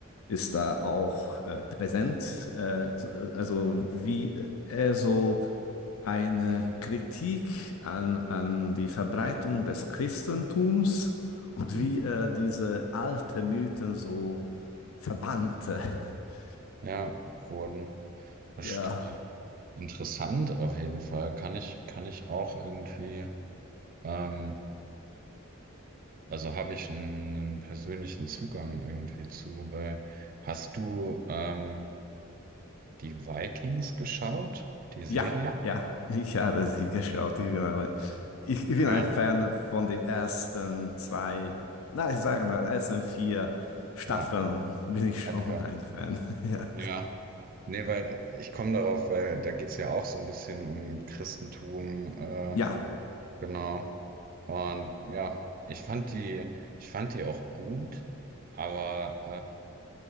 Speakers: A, on the left; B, on the right.
A: ist da auch äh, präsent. Äh, zu- äh, also wie er so eine Kritik an, an die Verbreitung des Christentums und
B: Hm.
A: wie er diese alten Mythen so verbannte. <laughs>
B: Ja, wurden. Verstehe.
A: Ja.
B: Interessant auf jeden Fall. Kann ich, kann ich auch irgendwie, ähm, also habe ich einen, einen persönlichen Zugang irgendwie zu, weil hast du, ähm, die Vikings geschaut? Die Ja, Serie?
A: Ja, ja, <laughs> ich habe sie geschaut. Ich bin, aber, ich, ich bin
B: Ja,
A: ein Fan von den ersten zwei, na, ich sage mal, ersten vier Staffeln
B: ja,
A: <laughs> bin ich schon
B: okay.
A: ein Fan. <laughs> Ja,
B: Ja. Nee, weil äh, ich komme darauf, weil da geht's ja auch so ein bisschen um Christentum, äh,
A: ja,
B: genau. Und ja, ich fand die, ich fand die auch gut, aber